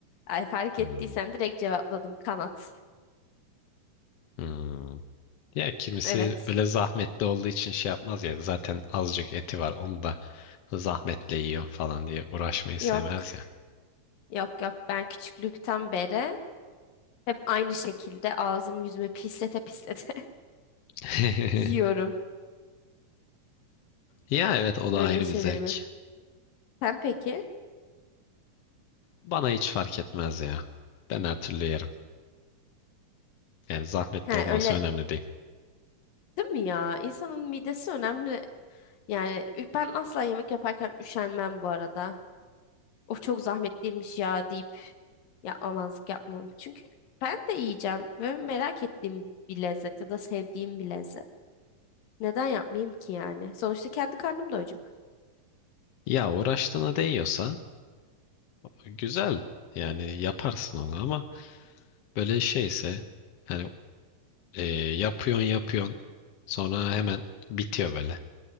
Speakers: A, on the left; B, on the left.
A: ay, fark
B: Hmm,
A: ettiysen direkt cevapladım kanat
B: hmm. Ya kimisi
A: evet
B: böyle zahmetli olduğu için şey yapmaz ya. Zaten azıcık eti var. Onu da zahmetle yiyor falan diye uğraşmayı
A: yok
B: sevmez ya.
A: yok yok ben küçüklükten beri hep aynı şekilde ağzım yüzümü pislete pislete <laughs>
B: <laughs>
A: yiyorum
B: Ya evet o da
A: öyle
B: ayrı
A: şeylerimi
B: bir zevk.
A: sen peki
B: Bana hiç fark etmez ya. Ben her türlü yerim. Yani zahmetli
A: ha
B: olması
A: öyle
B: önemli değil.
A: değil mi ya İnsanın midesi önemli Yani ü- ben asla yemek yaparken üşenmem bu arada. Of çok zahmetliymiş ya deyip yapmamazlık yapmam. Çünkü ben de yiyeceğim ve merak ettiğim bir lezzet ya da sevdiğim bir lezzet. Neden yapmayayım ki yani? Sonuçta kendi karnım doyacak.
B: Ya uğraştığına değiyorsa güzel. Yani yaparsın onu ama böyle şeyse yani e, yapıyorsun yapıyorsun sonra hemen bitiyor böyle.